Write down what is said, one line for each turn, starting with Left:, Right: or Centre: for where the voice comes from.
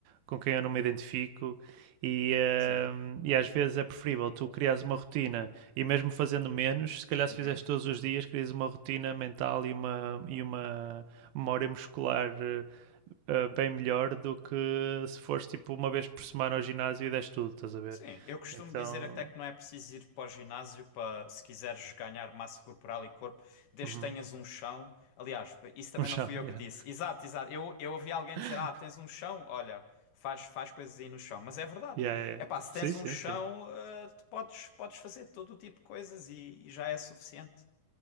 Right: com quem eu não me identifico. E,
Left: Sim.
Right: hum, e às vezes é preferível tu criares uma rotina e, mesmo fazendo menos, se calhar se
Left: Uhum.
Right: fizeste todos os dias, crias uma rotina mental e uma, e uma memória muscular eh, eh, bem melhor do que se fores tipo uma vez por semana ao ginásio e deste tudo, estás a ver?
Left: Sim. Eu costumo
Right: Então,
Left: dizer até que não é preciso ir para o ginásio para, se quiseres ganhar massa corporal e corpo, desde
Right: uhum,
Left: que tenhas um chão. Aliás, isso
Right: <laughs>
Left: também
Right: um chão,
Left: não fui eu
Right: yeah.
Left: que disse. Exato, exato. Eu, eu ouvi alguém
Right: <laughs>
Left: dizer: Ah, tens um chão? Olha. Faz, faz coisas aí no chão, mas é verdade.
Right: Yeah, yeah, yeah.
Left: É pá, se
Right: Sim,
Left: tens um
Right: sim,
Left: chão,
Right: sim.
Left: ah, tu podes, podes fazer todo o tipo de coisas e, e já é suficiente.